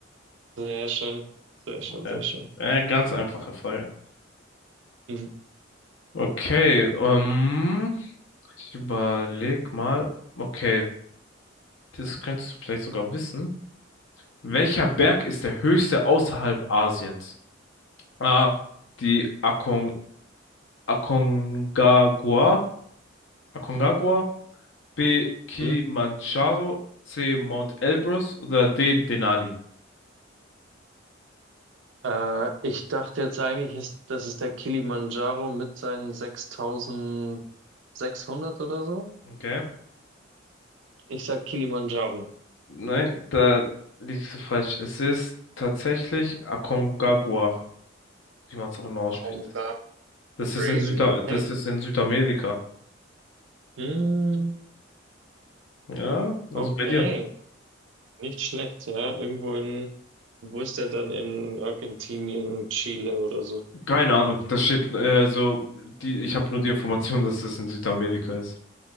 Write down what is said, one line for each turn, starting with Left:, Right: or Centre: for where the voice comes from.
Right: Sehr schön, sehr schön,
Left: Okay.
Right: sehr schön.
Left: Äh, ganz einfache Frage.
Right: Mhm.
Left: Okay, ähm, ich überleg mal. Okay, das könntest du vielleicht sogar wissen. Welcher Berg ist der höchste außerhalb Asiens? A. Die Akon Aconcagua. Aconcagua. B. Kilimanjaro.
Right: Mhm.
Left: C. Mount Elbrus. Oder D. Denali.
Right: Äh, ich dachte jetzt eigentlich, ist, das ist der Kilimanjaro mit seinen sechstausendsechshundert oder so.
Left: Okay.
Right: Ich sag Kilimanjaro.
Left: Nein, da liegst du falsch. Es ist tatsächlich Aconcagua, wie man es auch immer ausspricht.
Right: Konga.
Left: Das ist
Right: Crazy,
Left: in Süda
Right: okay.
Left: das ist in Südamerika.
Right: Mhm.
Left: Ja, also
Right: Okay.
Left: bei dir.
Right: Nicht schlecht, ja. Irgendwo in, wo ist der dann in Argentinien, Chile oder so?
Left: Keine Ahnung. Das steht, äh, also die, ich habe nur die Information, dass das in Südamerika ist.